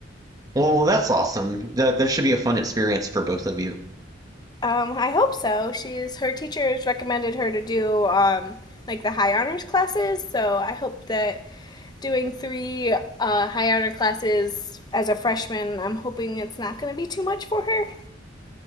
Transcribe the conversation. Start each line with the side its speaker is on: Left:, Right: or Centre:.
Right: Well, that's awesome. That that should be a fun experience for both of you.
Left: Um, I hope so. She's her teachers recommended her to do um like the high honors classes, so I hope that doing three uh, high honor classes as a freshman, I'm hoping it's not gonna be too much for her.